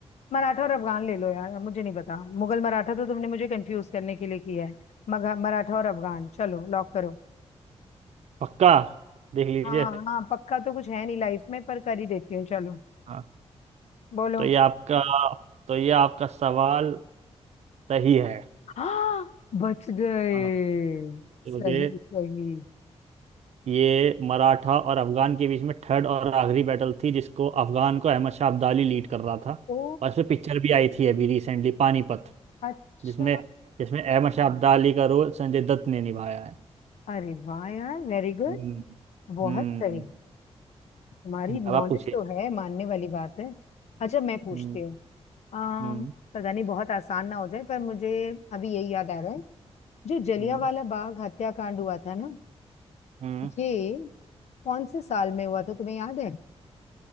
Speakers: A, on the left; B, on the right.
A: मराठा और अफगान ले लो यार अब मुझे नहीं पता मुगल मराठा तो तुमने मुझे कंफ्यूज करने के लिए किया है मगा मराठा और अफगान चलो लॉक करो
B: पक्का देख लीजिए
A: हाँ हाँ पक्का तो कुछ है नहीं लाइफ में पर कर ही देती हूँ चलो
B: हाँ
A: बोलो
B: तो ये आपका तो ये आपका सवाल सही है
A: हाँ बच गए
B: हाँ तो
A: सही
B: ये
A: सही
B: ये मराठा और अफगान के बीच में थर्ड और आखिरी बैटल थी जिसको अफगान को अहमद शाह अब्दाली लीड कर रहा था
A: ओ
B: और इसमें पिक्चर भी आई थी अभी रिसेंटली पानीपत
A: अच्छा
B: जिसमें जिसमें अहमद शाह अब्दाली का रोल संजय दत्त ने निभाया है
A: अरे वाह यार वेरी गुड
B: हम्म
A: बहुत
B: हम्म
A: सही हमारी नॉलेज
B: अब आप पूछिए
A: तो है मानने वाली बात है अच्छा मैं पूछती
B: हम्म
A: हूँ आ,
B: हम्म
A: पता नहीं बहुत आसान ना हो जाए पर मुझे अभी यही याद आ रहा है जो जलियांवाला
B: हम्म
A: बाग हत्याकांड हुआ था ना
B: हम्म
A: ये कौन से साल में हुआ था तुम्हें याद है